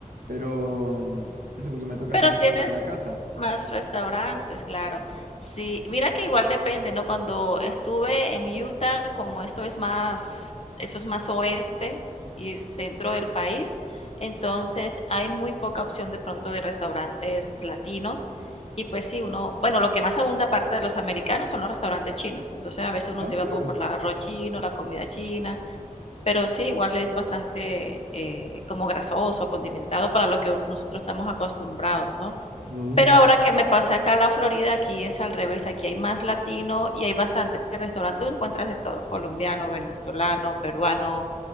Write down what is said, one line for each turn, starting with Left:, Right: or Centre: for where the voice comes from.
Right: pero mm, eso porque me toca
Left: pero
Right: salir
Left: tienes
Right: poco de la casa.
Left: más restaurantes, claro. Sí, mira que igual depende, ¿no? Cuando estuve en Utah, como esto es más, eso es más oeste y centro del país, entonces hay muy poca opción de pronto de restaurantes latinos. Y pues sí, uno, bueno, lo que más abunda aparte de los americanos son los restaurantes chinos. Entonces a veces uno
Right: ¿Ah,
Left: se
Right: en serio?
Left: iba como por el arroz chino, la comida china, Pero sí, igual es bastante eh, como grasoso, condimentado para lo que nosotros estamos acostumbrados, ¿no?
Right: Bu.
Left: Pero ahora que me pasé acá a la Florida, aquí es al revés, aquí hay más latino y hay bastante restaurante, tú encuentras de todo, colombiano, venezolano, peruano,